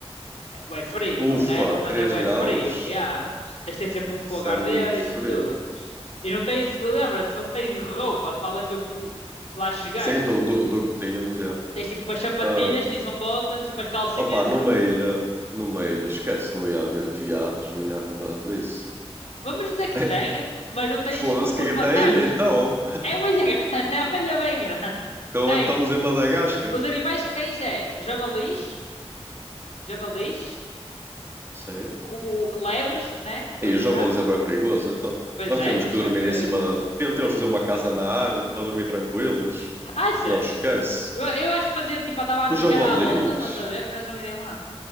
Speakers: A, on the left; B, on the right.
A: É bué frio,
B: Ufa,
A: não neva, mas
B: 3
A: é bué
B: graus?
A: frio. Yeah. Tens de ter sempre um fogo
B: Isso
A: a
B: é
A: arder,
B: muito
A: isso
B: frio.
A: tudo. E não tens, lembra-te, não tens roupa para além do que tu lá chegaste.
B: Sim, do, do, do que tínhamos, já.
A: Tens tipo umas sapatilhas,
B: Ah,
A: nem são botas, umas calcinhas
B: opa, numa
A: de.
B: ilha, numa ilha, esquece, não ia haver viados, não ia haver nada disso.
A: Vamos dizer que
B: <laughs>
A: tenha, mas não tens
B: Foda-se
A: como
B: que é
A: os matares.
B: na ilha, então.
A: É uma ilha <laughs> grande, é uma ilha bem grande.
B: Então
A: Tem.
B: é, estamos em Madagascar.
A: Os animais que tens é jabalis, jabalis,
B: Sim.
A: com lebres, né? Coelho
B: E os javalis
A: bravo.
B: é bem perigoso, então.
A: Pois
B: Nós
A: é,
B: temos
A: por
B: que
A: isso
B: dormir
A: é que.
B: em cima das. Temos temos que fazer uma casa na árvore para dormir tranquilos.
A: Achas?
B: Não esquece.
A: Eu, eu acho que fazia tipo, andava a
B: Que
A: mijar
B: os javalis
A: à volta, estás a ver? Para eles não irem lá.